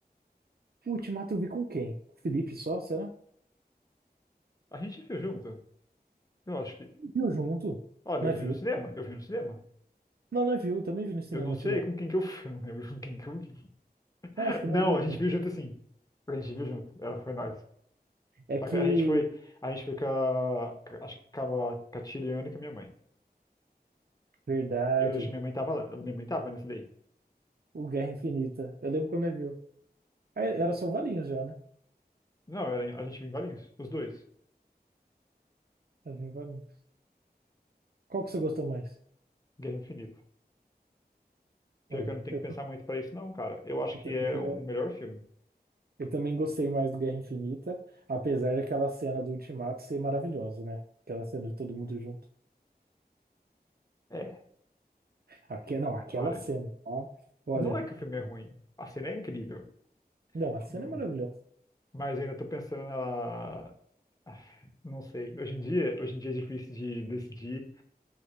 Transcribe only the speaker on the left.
A gente viu junto? Eu acho que.
Olha,
eu fui
no cinema. Eu fui no cinema.
Eu não
sei com quem que eu fui. <laughs> Eu não lembro com quem que eu vi.
Não,
a gente
viu junto sim. A gente viu junto. Ela foi nós.
Só que A gente foi. A gente foi com a. Acho que com a, com a Tiriana e com a minha mãe.
Eu acho que minha mãe tava lá. Minha mãe tava nesse daí.
Não, era- a gente vive em Valinhos, os dois.
Guerra Infinita. Pior
que eu não tenho
que pensar muito pra isso, não, cara. Eu acho
que
é
o melhor filme.
É,
olha.
Não é que o filme é ruim. A cena é incrível.
Hum,
Mas ainda tô pensando na. <sighs> Ah, Não sei. Hoje em dia, hoje em dia é difícil de decidir